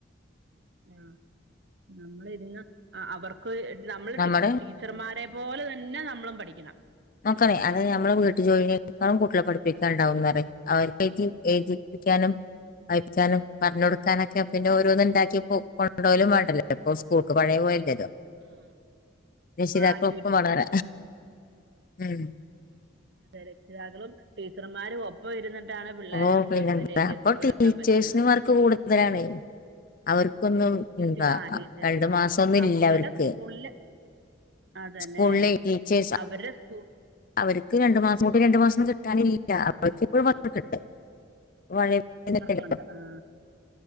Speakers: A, on the right; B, on the left.
A: ആഹ് നമ്മള് ഇരുന്ന് അവർക്ക് വേ നമ്മള്
B: നമ്മുടെ
A: റ്റീ റ്റീ ടീച്ചർമാരെ പോലെ തന്നെ നമ്മളും പഠിക്കണം
B: നോക്കണേ അത് നമ്മള് വീട്ടു ജോലിനേക്കാളും കൂട്ടളെ പഠിപ്പിക്കാനുണ്ടാവുന്നറയും അവർക്ക്‌ ഏ ഏജിപ്പിക്കാനും വായിപ്പിക്കാനും പറഞ്ഞു കൊടുക്കാനൊക്കെ പിന്നെ ഓരോന്നും ഉണ്ടാക്കിപ്പോ കൊണ്ടു പോവലും വേണ്ടല്ലോ ഇപ്പോൾ സ്കൂൾക്ക് പഴയ പോയല്ലല്ലോ
A: ആഹ്
B: രക്ഷിതാക്കൾ
A: ആക്ടിവിറ്റീസുകള്
B: ഒപ്പും വന്നത ഉം
A: അതെ രക്ഷിതാക്കളും ടീച്ചർമാരും ഒപ്പ ഒപ്പം ഇരുന്നിട്ടാണ് പിള്ളോരെ
B: ഓ
A: ഒന്നുരിതിലേക്ക്
B: പിന്നെന്താ അപ്പൊ
A: എത്തിപ്പെടുത്താൻ
B: ടീച്ചേഴ്സിന്
A: പറ്റുന്നത്
B: വർക്ക് കൂടുതലാണ് അവർക്കൊന്നും
A: ടീച്ച
B: എന്താ
A: ആ ടീച്ചേഴ്സിനും
B: രണ്ടു മാസം ഒന്നും
A: അവരുടെ
B: ഇല്ല അവർക്ക്
A: സ്കൂളില് അതന്നെ
B: സ്കൂളിലെ ടീച്ചേഴ്സ്
A: അവരുടെ സ്കൂൾ
B: അവർക്ക് രണ്ടു മാസം കൂട്ടി രണ്ടു മാസം കിട്ടാനില്ല അവർക്ക് ഇപ്പോഴും പത്രം കിട്ട പഴേ <inaudible> <unintelligible>
A: വർക്കുണ്ട് ആഹ്